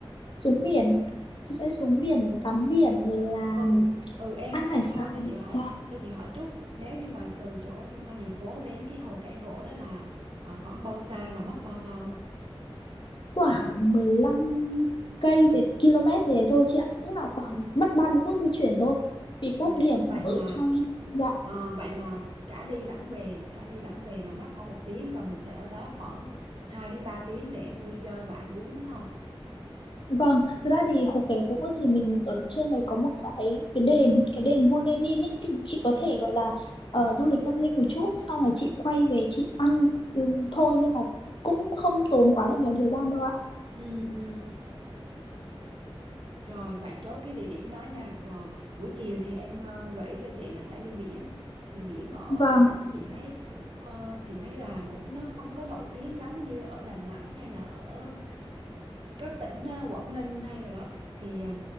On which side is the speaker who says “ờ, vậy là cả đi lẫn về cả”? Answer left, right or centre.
Right